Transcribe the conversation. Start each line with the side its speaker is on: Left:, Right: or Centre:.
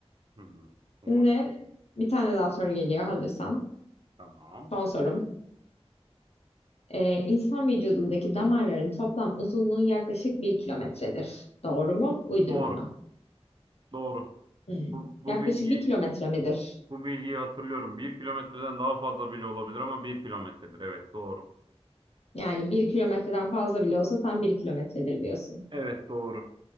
Right: Hmm, olabilir.
Left: Şimdi bir tane daha soru geliyor hazırsan.
Right: Tamam.
Left: Son sorum. Ee, insan vücudundaki damarların toplam uzunluğu yaklaşık bir kilometredir. Doğru mu? Uydurma
Right: Doğru.
Left: mı?
Right: Doğru.
Left: Hmm.
Right: Bu, bu
Left: Yaklaşık
Right: bilgi
Left: bir kilometre midir?
Right: bu bilgiyi hatırlıyorum. Bir kilometreden daha fazla bile olabilir ama bir kilometredir. Evet doğru.
Left: Yani bir kilometreden fazla bile olsa sen bir kilometredir diyorsun.
Right: Evet doğru.